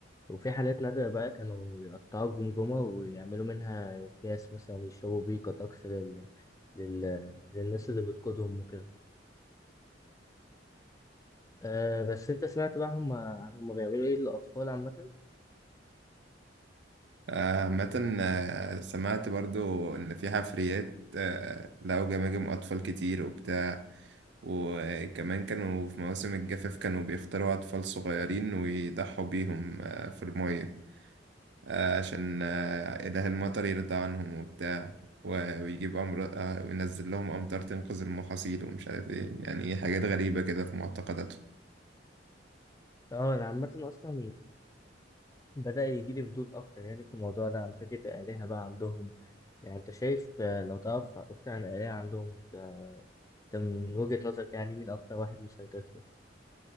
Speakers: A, on the left; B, on the right.
A: وفي حالات نادرة بقى كانوا يقطعوا الجمجمة ويعملوا منها أكياس مثلا يشربوا بيه كطقس لل... لل... للناس اللي بتقودهم وكده أه بس أنت سمعت بقى هم هم بيعملوا إيه للأطفال عامة؟
B: عامة آه، سمعت برضو إن في حفريات آه، لقوا جماجم أطفال كتير وبتاع وكمان كانوا في مواسم الجفاف كانوا بيختاروا أطفال صغيرين ويضحوا بيهم آه، في المية آه، عشان آه، إله المطر يرضى عنهم وبتاع و- ويجيب أمر آه، وينزل لهم أمطار تنقذ المحاصيل ومش عارف إيه يعني حاجات غريبة كده في معتقداتهم
A: اه أنا عامة أصلا بدأ يجيلي فضول أكتر يعني في الموضوع ده عن فكرة الآلهة بقى عندهم يعني أنت شايف آه، لو تعرف أكتر عن الآلهة عندهم آه، أنت من وجهة نظرك يعني مين أكتر واحد مسيطر فيهم؟